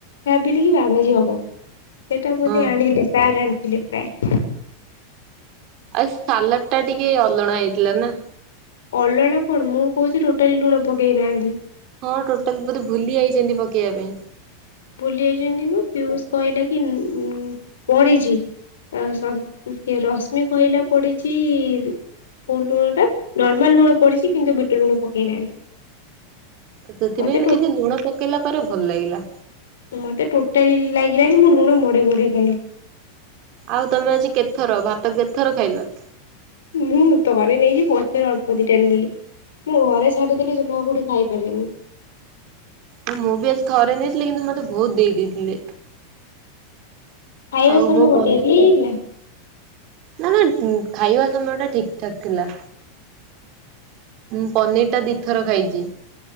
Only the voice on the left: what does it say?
ଭାବିଲି କି ପାଓଭାଜି ହବ ସେଟା ବୋଧେ
ଆଣିଲେ ସାର୍ ଆଣିଥିଲେ। <unintelligible>
ଅଲଣା କଣ ମୁଁ କହୁଚି ଟୋଟାଲି ଲୁଣ ପକେଇ ନାହାନ୍ତି।
ଭୁଲି ଯାଇଚନ୍ତି ନୁ ପିୟୁଷ କହିଲା କି ଉଁ -ଉଁ ପଡିିଚି। ଆଉ ସବୁ ଉଁ- କିଏ ରଶ୍ମି କହିଲା ପଡିଚି କଉ ଲୁଣ ଟା ନର୍ମାଲ୍ ଲୁଣ ପଡିଚି କିନ୍ତୁ ବିଟ ଲୁଣ ପକେଇ ନାହାନ୍ତି।
ମତେ ଟୋ
ମତେ ଟୋଟାଲି ଲାଗିଲାଣି ମୁଁ ଲୁଣ ମଡେଇ ମଡେଇ ଖାଇଲିି।
ମୁଁ ଥରେ ନେଇଚି ପଛରେ ଅଳ୍ପ ଦିଟା ଆଣିଲି। ମୁଁ ଘରେ ଛାଡି ଦେଲେ ଯଉ ମୁଁ ଆଉ କଉଠି ଖାଇ ପାରେନି।
ଖାଇବା
ସମୟ
କଣ
ଡେରି ହେଇ ଯାଇଥିଲା?